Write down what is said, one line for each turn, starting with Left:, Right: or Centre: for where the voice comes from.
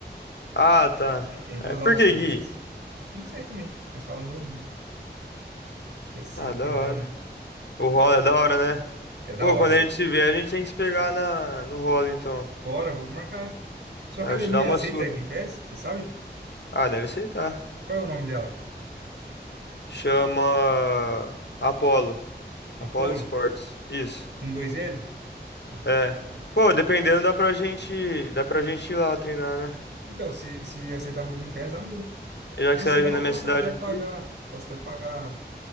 Left: Ah, tá.
Right: Aí tem duas
Left: É, por
Right: aulas
Left: que
Right: seguidas.
Left: Gui?
Right: Não sei também, mas fala Nogi, que é sem
Left: Ah, da
Right: kimono.
Left: hora. O rola é da hora, né?
Right: É da
Left: Pô,
Right: hora,
Left: quando a
Right: velho.
Left: gente se vê, a gente tem que se pegar na, no rola, então.
Right: Bora, vou marcar. Sua
Left: Aí
Right: academia
Left: eu te dar uma
Right: aceita
Left: surra.
Right: Game Pass? Você sabe?
Left: Ah, deve aceitar.
Right: Qual é o nome dela?
Left: Chama Apolo. Apollo
Right: Apollo?
Left: Sports. Isso.
Right: Um dois L? Apollo.
Left: É. Pô, dependendo, dá pra gente, dá pra gente ir lá treinar, né?
Right: Então, se, se aceitar meu Game Pass, dá mesmo.
Left: Já que
Right: Ou
Left: você
Right: senão
Left: vai vir na
Right: eu
Left: minha
Right: posso
Left: cidade
Right: até pagar.
Left: aqui,
Right: Posso até pagar